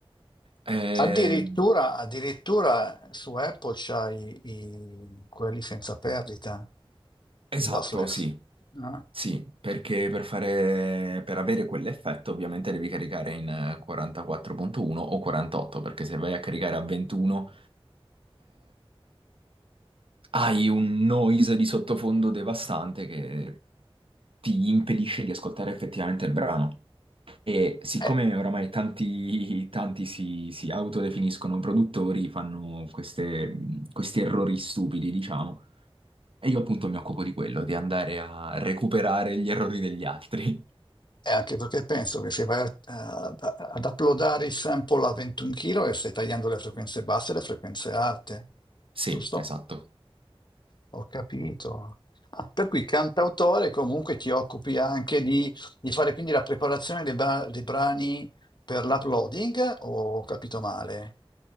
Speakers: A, on the right (about 65°); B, on the left (about 50°).
A: Eh,
B: Addirittura, addirittura su Apple c'hai i, quelli senza perdita,
A: esatto,
B: i lossless.
A: sì.
B: no?
A: Sì, perché per fare, per avere quell'effetto ovviamente devi caricare in eh, 44.1 o 48, perché se vai a caricare a 21 hai un noise di sottofondo devastante che ti impedisce di ascoltare effettivamente il brano. E siccome
B: Eh,
A: oramai tanti, tanti si, si autodefiniscono produttori, fanno queste- questi errori stupidi, diciamo, e io appunto mi occupo di quello, di andare a recuperare gli errori degli altri. <laughs>
B: E anche perché penso che se vai a- a- ad uploadare il sample a 21 kg stai tagliando le frequenze basse e le frequenze alte,
A: Sì,
B: giusto?
A: esatto.
B: Ho capito. Ah, per cui cantautore comunque ti occupi anche di, di fare quindi la preparazione dei, ba- dei brani per l'uploading, o ho capito male?